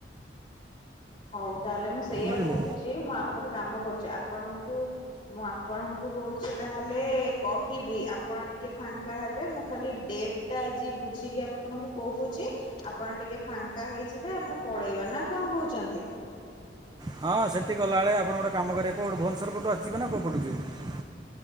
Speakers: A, on the left; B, on the right.
A: ହଉ ତାହେଲେ ମୁଁ ସେଇଆ
B: ବୁଝିଲେ
A: କହୁଚ ଚି ମୁଁ ଆ-ଗୋଟେ କାମ କରୁଚି ଆପଣଙ୍କୁ ମୁଁ ଆପଣଙ୍କୁ ହଉଚି ତାହଲେ କହିବି ଆପଣ ଟିକେ ଫାଙ୍କା ହେବେ ମୁଁ ଖାଲି ଡେଟ୍ ଟା ଆଜି ବୁଝିକି ଆପଣଙ୍କୁ କହୁଚି ଆପଣ ଟିକେ ଫାଙ୍କା ହେଇଯିବେ ଆମେ ପଳେଇବା ନା କଣ କହୁଚନ୍ତି?
B: ହଁ ସେନ୍ତି ଗଲାବେଳେ ଆପଣ ଗୋଟେ କାମ କରିବେ କୋଉପଟୁ ଭୁବନେଶ୍ୱର ପଟୁ ଆସିଯିବେ ନା କୋଉପଟୁ ଯିବେ?